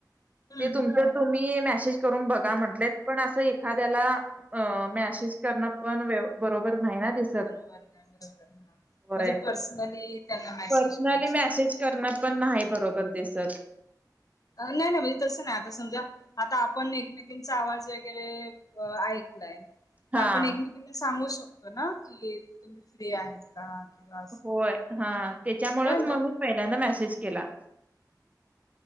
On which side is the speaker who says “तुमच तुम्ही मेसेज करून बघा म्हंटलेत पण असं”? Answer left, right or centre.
Right